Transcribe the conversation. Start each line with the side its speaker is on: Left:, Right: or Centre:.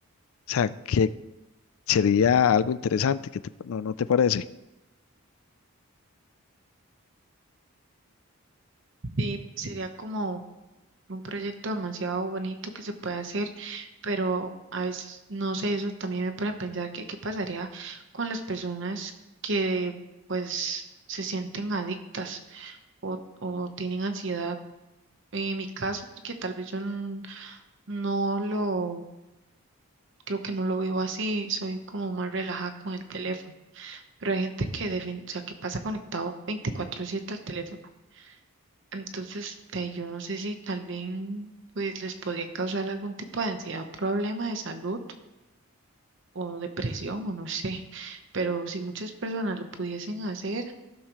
Left: o sea, que sería algo interesante, que te- no, ¿no te parece?
Right: Sí, sería como un proyecto demasiado bonito que se puede hacer, pero a veces, no sé, eso también me pone a pensar que qué pasaría con las personas que pues se sienten adictas o, o tienen ansiedad En mi caso, porque tal vez yo n- no lo, creo que no lo vivo así, soy como más relajada con el teléfono, pero hay gente que, defin- o sea, que pasa conectado veinticuatro siete al teléfono. Entonces, de ahí yo no sé si tal vez pues, les podría causar algún tipo de ansiedad, problema de salud o depresión o no sé, pero si muchas personas lo pudiesen hacer,